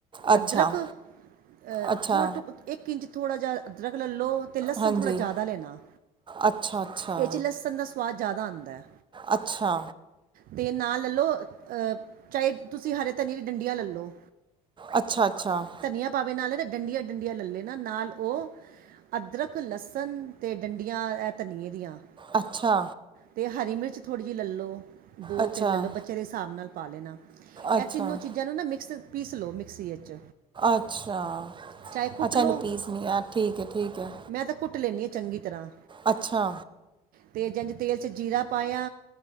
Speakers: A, on the right; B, on the right.
A: ਅੱਛਾ
B: ਅਦਰਕ। ਅਹ
A: ਅੱਛਾ
B: ਥੋੜ੍ਹਾ ਇੱਕ ਇੰਚ ਥੋੜਾ ਜਿਹਾ ਅਦਰਕ ਲੈਲੋ। ਤੇ ਲੱਸਣ
A: ਹਾਂਜੀ
B: ਥੋੜਾ ਜ਼ਿਆਦਾ ਲੈਣਾ,
A: ਅੱਛਾ ਅੱਛਾ
B: ਇਹ 'ਚ ਲਸਣ ਦਾ ਸਵਾਦ ਜ਼ਿਆਦਾ ਆਉਦਾ।
A: ਅੱਛਾ।
B: ਦੇ ਨਾਲ ਲੈ ਲਓ ਚਾਹੇ ਤੁਸੀਂ ਹਰੇ ਧਨੀਏ ਦੀ ਡੰਡੀਆਂ ਲੈ ਲਉ।
A: ਅੱਛਾ ਅੱਛਾ
B: ਧਨੀਆ ਭਾਵੇ ਨਾ ਲੇ ਨਾ ਡੰਡੀਆਂ ਡੰਡੀਆਂ ਲੱਲੇ ਨਾ ਨਾਲ ਉਹ। ਅਦਰਕ, ਲਸਣ ਤੇ ਡੰਡੀਆਂ, ਐਹ ਧਨੀਏ ਦੀਆਂ
A: ਅੱਛਾ
B: ਤੇ ਹਰੀ ਮਿਰਚ ਥੋੜ੍ਹੀ ਜਿਹੀ ਲੈ ਲਓ, ਦੋ
A: ਅੱਛਾ
B: -ਤਿੰਨ ਲੈ ਲਓ, ਬਚਿਆ ਦੇ ਹਿਸਾਬ ਨਾਲ ਪਾ ਲੈਣਾ,
A: ਅੱਛਾ
B: ਇਹ ਤਿੰਨੋ ਚੀਜ਼ਾਂ ਇਹਨੂੰ ਨਾ ਮਿਕਸ ਪੀਸ ਲਓ ਮਿਕਸੀ ਵਿੱਚ।
A: ਅੱਛਾ-
B: ਚਾਹੇ ਕੁੱਟ
A: ਅੱਛਾ
B: ਲਓ
A: ਇਹਨੂੰ ਪੀਸ ਨੀ, ਆ ਠੀਕ ਹੈ- ਠੀਕ ਹੈ।
B: ਮੈਂ ਤਾਂ ਕੁੱਟ ਲੈਂਦੀ ਹਾਂ ਚੰਗੀ ਤਰ੍ਹਾਂ।
A: ਅੱਛਾ।
B: ਤੇ ਜੰਜ ਤੇਲ 'ਚ ਜੀਰਾ ਪਾਇਆ,